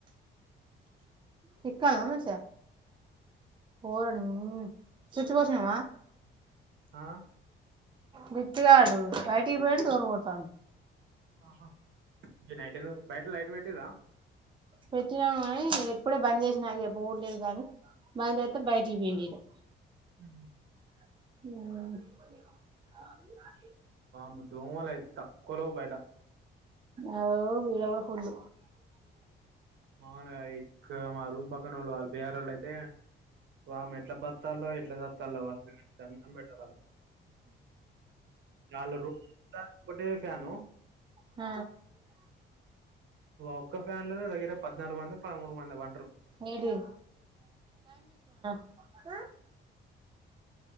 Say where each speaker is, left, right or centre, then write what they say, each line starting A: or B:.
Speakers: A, on the right; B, on the right.
A: చిక్కాలమచ్చ ఓరి నీ చిచ్చి పోసినవా
B: ఆ
A: బిచ్చగాడు బయటికి పోయి దూర కొతాం
B: ఆహా నైట్ బయట లైట్ పెట్టిర
A: పెట్టినాము కానీ ఎప్పుడే బంద్ చేసినా అ బడలేదు కాని మళ్తే బయటికి పోయి <unintelligible>
B: మ్
A: అ
B: మ దోమలు అయితే తక్కువలో బయట
A: అవు వీర కూడా
B: మాగా ఇక్క మా రూమ్ పక్కన వాళ్ళు వాళ్ళు బేర్ వాళ్ళు అయితే, వా ఎట్లా బత్తాలో ఎట్లా చత్తాలో వాళ్ళ అన్నం పెట్టాల వాళ్ళ వాళ్ళ రూమ్ ఒకటే ఫ్యాను
A: ఆ
B: ఒక్క ఫ్యాన్లలో దగ్గర పద్నాలుగు మంది పదమూడు మంది వంటరు
A: ఏంటిది హ